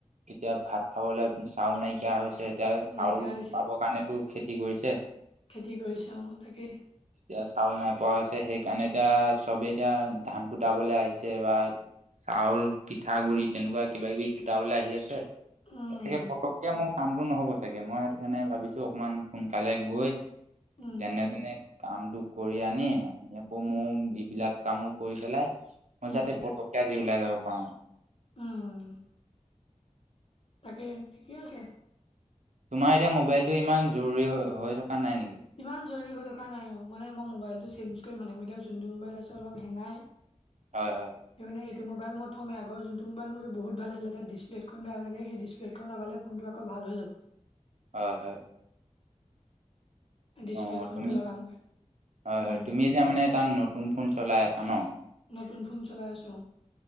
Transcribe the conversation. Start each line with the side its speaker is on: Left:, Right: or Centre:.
Right: এতিয়া ভাত খাবলে চাউল নাইকিয়া হৈছে। এতিয়া চাউল
Left: নাইকিয়া হৈছে
Right: পাব কাৰণেতো খেতি কৰিছে।
Left: খেতি কৰিছে অ' তাকেই।
Right: এতিয়া চাউল নাইপোৱা হৈছে সেইকাৰণে এতিয়া চবেই এতিয়া ধান কুটাবলৈ আহিছে বা চাউল পিঠা গুৰি তেনেকুৱা কিবা-কিবি কোটাবলে আহি আছে,
Left: উম
Right: একে পটককে মই মোৰ কামটো নহ'ব চাগে মই সেইটো কাৰণে ভাবিছো অকমান সোনকালে গৈ
Left: উম
Right: যেনে তেনে কামটো কৰি আনি আ আকৌ মোৰ এইবিলাক কামো কৰি পেলাই মই
Left: উম
Right: যাতে পটককে আজি ওলাই যাব পাৰো।
Left: উম। তাকেহে ঠিকে আছে।
Right: তোমাৰ এতিয়া মোবাইলটো ইমান জৰুৰী হৈ থকা নাই নেকি?
Left: ইমান জৰুৰী হৈ থকা নাই, অ' মানে মই মোবাইলটো চেঞ্জ কৰিম মানে মোৰ এতিয়া যোনটো মোবাইল আছে অলপ হেঙাই। <inaudible>
Right: হয় হয়।
Left: সেইটো কাৰণে এইটো মোবাইল মই থম, আগৰ যোনটো মোবাইল মোৰ বহুত ভাল আছিলে তাৰ ডিছপ্লেট খন বেয়া থাকিলে সেই ডিছপ্লেটখন লগালে ফোনটো আকৌ ভাল হৈ যাব।
Right: হয় হয়।
Left: ডিছপ্লেট
Right: অ
Left: খনকে
Right: তুমি
Left: লগামগে।
Right: হয়,
Left: উম
Right: তুমি এতিয়া মানে এটা নতুন ফোন চলাই আছা ন।
Left: নতুন ফোন চলাই আছো,